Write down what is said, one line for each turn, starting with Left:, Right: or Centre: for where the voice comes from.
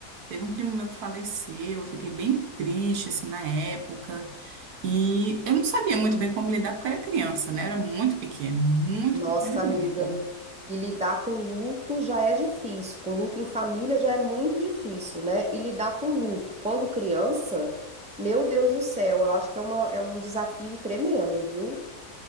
Right: Teve um primo meu que faleceu, eu fiquei bem triste, assim, na época. E eu não sabia muito bem como lidar, porque eu era criança, né? Eu era muito pequena, muito
Centre: Nossa,
Right: pequena
Centre: amiga.
Right: mesmo.
Centre: E lidar com luto já é difícil. Com luto em família já é muito difícil, né? E lidar com luto quando criança, meu Deus do céu, eu acho que é uma, é um desafio tremendo, viu?